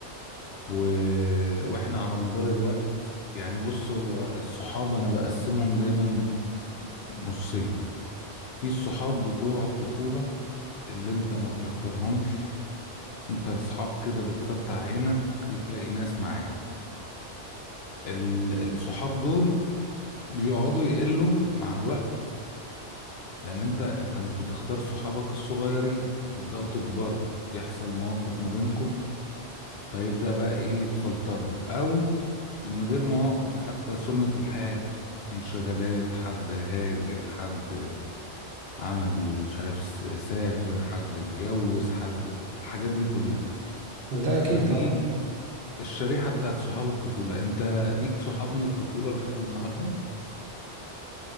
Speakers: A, on the left (about 60°); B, on the right (about 55°).
A: و... واحنا على مدار الوقت يعني بص هو الصحاب انا بقسمهم دايما نصين في الصحاب بتوع الطفولة اللي انت ما بتختارهمش انت اصحاب كده بتفتح عينك بتلاقي ناس معاك ال... الصحاب دول بيقعدوا يقلوا مع الوقت لان انت انت مش بتختار صحابك الصغيرين فبتبدأوا تكبروا يحصل مواقف ما بينكم فيبدأ بقى ايه يتفلتروا او من غير مواقف حتى سنة الحياة انشغالات حد هاجر حد عمل مش عارف س- سافر حد اتجوز حد الحاجات دي كلها
B: وأنت أكيد
A: فدي
B: طبعا
A: الشريحة بتاعت صحاب الطفولة انت ليك صحاب من الطفولة لحد النهاردة